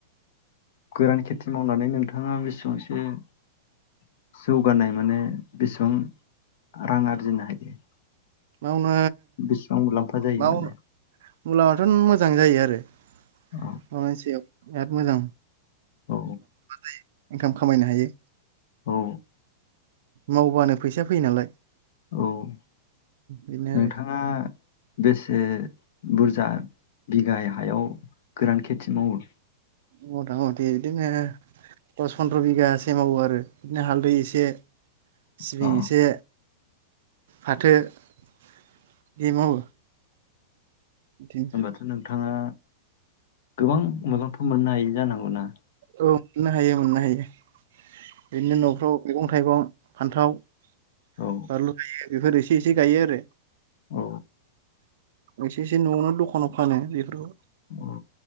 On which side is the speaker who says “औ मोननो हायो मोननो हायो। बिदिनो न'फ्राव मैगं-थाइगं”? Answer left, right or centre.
Right